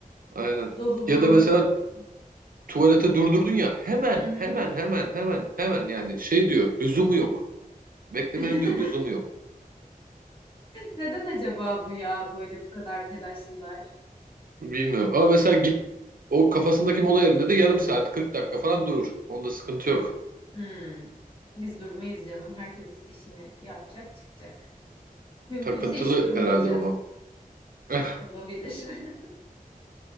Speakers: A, on the right; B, on the left.
A: aynen.
B: Doluluğu
A: Ya
B: ona
A: da mesela
B: göre bakın.
A: tuvalete durdurdun ya hemen
B: Hı hı.
A: hemen hemen hemen hemen yani şey diyor lüzumu yok. Beklemenin
B: <laughs>
A: diyor lüzumu yok.
B: Neden acaba bu ya böyle bu kadar telaşlılar?
A: Bilmiyorum ama mesela git o kafasındaki mola yerinde de yarım saat 40 dakika falan durur. Onda sıkıntı yok.
B: Hmm. Biz durmayız canım. Herkes işini yapacak, çıkacak. Mümkünse
A: Takıntılı
B: hiç durmayacağız.
A: herhalde babam. <laughs> Eh,
B: Olabilir. <laughs>